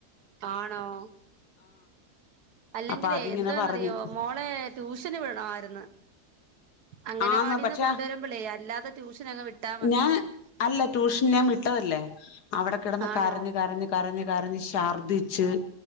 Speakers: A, on the right; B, on the left.
A: ആണോ അല്ലെങ്കിലേ
B: അപ്പൊ അതിങ്ങനെ
A: എന്തോെന്നറിയോ
B: പറഞ്ഞ്
A: മോളെ ട്യൂഷന് വിടണമായിരുന്നു അങ്ങനവാടിന്ന്
B: ആന്ന് പക്ഷെ
A: കൊണ്ടുവരുമ്പളേ അല്ലാതെ ട്യൂഷൻ അങ്ങ് വിട്ടാ മതിയായിരുന്നു
B: ഞാൻ അല്ല ട്യൂഷൻ ഞാൻ വിട്ടതല്ല അവിടെ കിടന്ന്
A: ആണോ
B: കരഞ്ഞു കരഞ്ഞ് കരഞ്ഞ് കരഞ്ഞി ഛർദിച്ച്